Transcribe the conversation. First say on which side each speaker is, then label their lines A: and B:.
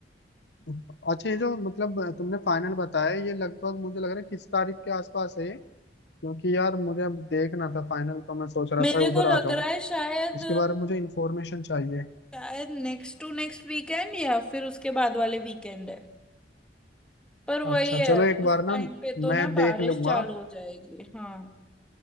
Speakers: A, on the left; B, in the centre.
A: अच्छा ये जो मतलब तुमने फाइनल बताया ये लगभग मुझे लग रहा है किस तारीख के आसपास है ये क्योंकि यार मुझे अब देखना था फाइनल तो मैं सोच रहा
B: मेरे
A: था उधर
B: को लग
A: आ जाऊं
B: रहा है शायद
A: इसके बारे में मुझे इन्फॉर्मेशन चाहिए
B: शायद नेक्स्ट टू नेक्स्ट वीकेंड या फिर उसके बाद वाले वीकेंड है पर वही
A: अच्छा
B: है
A: चलो एक बार
B: उस
A: ना
B: टाइम पे तो
A: मैं
B: ना
A: देख
B: बारिश
A: लूंगा
B: चालू हो जाएगी हाँ